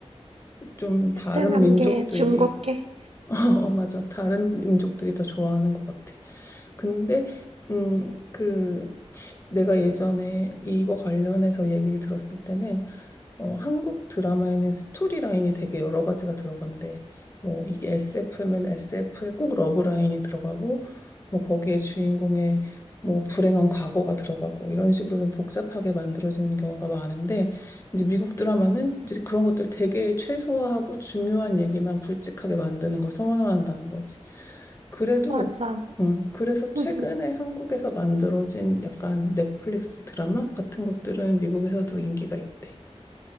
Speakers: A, on the left (about 25°); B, on the right (about 65°).
A: 좀
B: 베트남계,
A: 다른 민족들이
B: 중국계.
A: <laughs> 어, 맞아. 다른 민족들이 더 좋아하는 것 같아. 근데 음, 그 내가 예전에 이거 관련해서 얘기를 들었을 때는 어, 한국 드라마에는 스토리라인이 되게 여러 가지가 들어간대. 뭐 이게 SF면 SF에 꼭 러브라인이 들어가고 뭐 거기에 주인공의 뭐 불행한 과거가 들어가고 이런 식으로 좀 복잡하게 만들어지는 경우가 많은데 이제 미국 드라마는 이제 그런 것들 되게 최소화하고 중요한 얘기만 굵직하게 만드는 걸 선호한다는 거지. 그래도
B: 맞아.
A: 음, 그래서 최근에
B: <laughs>
A: 한국에서 만들어진 약간 넷플릭스 드라마 같은 것들은 미국에서도 인기가 있대.